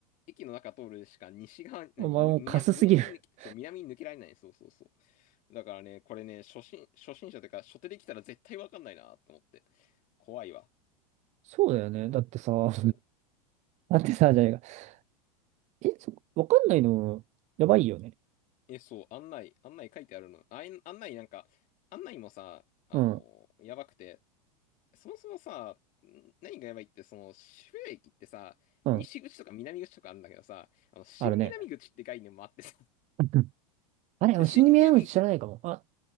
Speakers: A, on the left; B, on the right.
A: 駅の中通るしか西側、何、
B: お前もうカスすぎる。
A: み、南、南に抜け、
B: <laughs>
A: そう、南に抜けられない、そうそうそう。だからね、これね、初心、初心者というか、初手で来たら絶対わかんないなと思って。怖いわ。
B: そうだよね。
A: うん。
B: だってさ、<laughs>
A: そう。
B: だってさ、じゃねえか。え、そ、わかんないの、やばいよね。
A: え、そう、案内、案内書いてあるの。あい、案内なんか、案内もさ、あのーやばくて、
B: うん、
A: そもそもさ、ん何がやばいって、その、渋谷駅ってさ、
B: うん、
A: 西口とか南口とかあるんだけどさ、あの、新南口って概念もあってさ、
B: あるね。<laughs> うんあれ、
A: で新南、
B: 死に目合う知らないかも。あ、